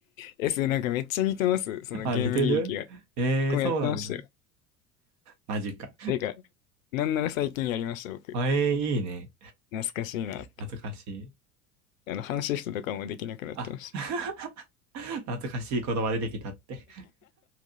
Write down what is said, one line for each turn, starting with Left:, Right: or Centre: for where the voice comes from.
Left: <laughs> え、それなんかめっちゃ似てます。そのゲーム履歴が。
Right: あ、似てるええー、
Left: 僕もやってましたよ。
Right: そうなんだ。マジか。
Left: てか、なんなら最近やりました、僕。
Right: あ、ええー、いいね。
Left: 懐かしいなって。
Right: 懐かしい。
Left: あの、半シフトとかもできなくなってました。
Right: あ、<laughs> 懐かしい言葉出てきたって。